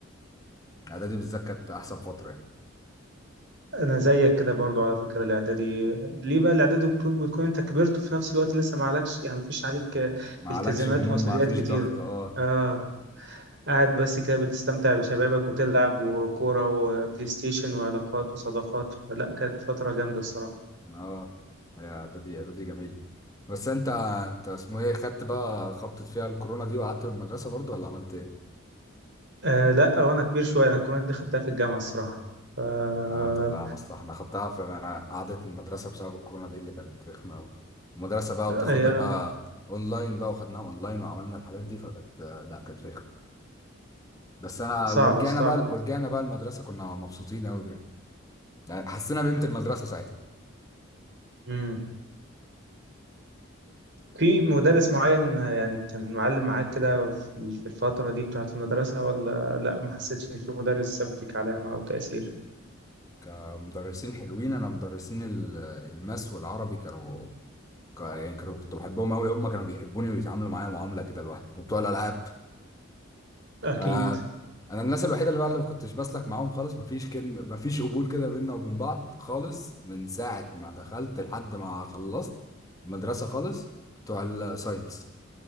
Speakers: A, on the left (about 15°); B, on the right (about 55°).
A: اعدادي بالذات كانت احسن فتره يعني.
B: انا زيك كده برضو على فكره الاعدادي ليه بقى الاعدادي بتكون بتكون انت كبرت وفي نفس الوقت لسه ما عليكش يعني ما فيش عليك آه،
A: ما عليكش
B: التزامات
A: هموم
B: ومسؤوليات
A: ما فيش
B: كتيره
A: ضغط اه
B: اه قاعد بس كده بتستمتع بشبابك وتلعب وكورة وبلاي ستيشن وعلاقات وصداقات لا كانت فترة جامدة الصراحة
A: اه يا اعدادي اعدادي جميل بس انت انت اسمه ايه خدت بقى خبطت فيها الكورونا دي وقعدت من المدرسه برضو ولا عملت ايه؟
B: آه لا وأنا كبير شوية أنا الكورونا دي خدتها في الجامعة الصراحة ف آه،
A: اه طب لا مصلحه انا خدتها في انا قعدت من المدرسه بسبب الكورونا دي اللي كانت رخمه قوي المدرسه بقى
B: هي
A: وتاخدها بقى اونلاين بقى وخدناها اونلاين وعملنا الحاجات دي فكانت لا كانت رخمه بس انا
B: صعبة
A: ورجعنا
B: صعبة
A: بقى ورجعنا
B: جدا
A: بقى المدرسه كنا مبسوطين قوي بيها يعني حسينا بقيمه المدرسه ساعتها
B: مم. في مدرس معين يعني كان معلم معاك كده في في الفترة دي بتاعة المدرسة ولا لا ما حسيتش إن في مدرس ساب فيك علامة أو تأثير
A: كمدرسين حلوين انا مدرسين ال- الماس والعربي كانوا ك- يعني كانوا كنت بحبهم قوي هم كانوا بيحبوني وبيتعاملوا معايا معامله كده لوحدي وبتوع الالعاب
B: أكيد
A: ف- انا الناس الوحيده اللي بقى اللي ما كنتش بسلك معاهم خالص مفيش كلمه مفيش قبول كده بيننا وبين بعض خالص من ساعه ما دخلت لحد ما خلصت المدرسه خالص بتوع الساينس